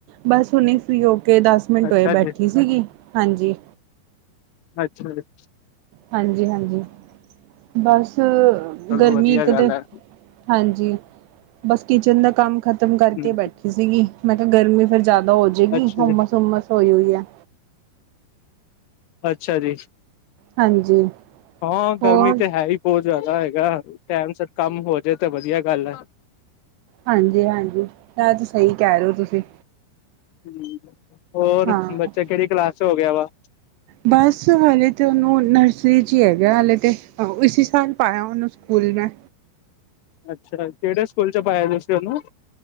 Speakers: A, on the right (about 80°); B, on the left (about 70°).
A: ਬਸ ਹੁਣੇ ਫਰੀ ਹੋ, ਕੇ ਦਸ ਮਿੰਟ
B: ਅੱਛਾ
A: ਹੋਏ
B: ਜੀ,
A: ਬੈਠੀ ਸੀਗੀ। ਹਾਂਜੀ।
B: ਅੱਛਾ ਜੀ।
A: ਹਾਂਜੀ, ਹਾਂਜੀ ਬਸ,
B: ਚਲੋ
A: ਗਰਮੀ
B: ਵਧੀਆ
A: ਇੱਕ
B: ਗੱਲ
A: ਤੇ
B: ਹੈ
A: ਹਾਂਜੀ, ਬਸ ਕਿਚਨ ਦਾ ਕੰਮ ਖਤਮ ਕਰਕੇ
B: ਹਮ।
A: ਬੈ ਸੀ ਗੀ ਮੈਂ ਕਿਹਾ ਗਰਮੀ ਫਿਰ ਜ਼ਿਆਦਾ ਹੋ ਜੇਗੀ।
B: ਅੱਛਾ
A: ਹੁਮਸ
B: ਜੀ
A: ਹੁਮਸ ਹੋਈ ਹੋਈ ਹੈ।
B: ਅੱਛਾ ਜੀ।
A: ਹਾਂਜੀ।
B: ਹਾਂ ਗਰਮੀ
A: ਹੋਰ
B: ਤਾਂ ਹੈ ਹੀ ਬਹੁਤ ਜ਼ਿਆਦਾ ਹੈਗਾ, ਟਾਈਮ ਸਿਰ ਕੰਮ ਹੋ ਜਾਏ, ਤਾਂ ਵਧੀਆ ਗੱਲ ਐ।
A: ਹਾਂਜੀ-ਹਾਂਜੀ ਏ ਤੇ ਸਹੀ ਕਹਿ ਰਹੇ ਹੋ ਤੁਸੀਂ
B: ਹਮ ਹੋਰ
A: ਹਾਂ
B: ਬੱਚਾ ਕਿਹੜੀ ਕਲਾਸ ਚ ਹੋ ਗਿਆ ਵਾ?
A: ਬਸ ਹਲੇ ਤਾਂ, ਉਹਨੂੰ ਨਰਸਰੀ 'ਚ, ਹੀ ਹੈਗਾ ਹਲੇ ਤਾਂ ਇਸੀ ਸਾਲ ਪਾਇਆ ਉਹਨੂੰ ਸਕੂਲ ਮੈਂ!
B: ਅੱਛਾ, ਕਿਹੜੇ ਸਕੂਲ ਚ ਪਾਇਆ ਤੁਸੀ ਉਨੂੰ।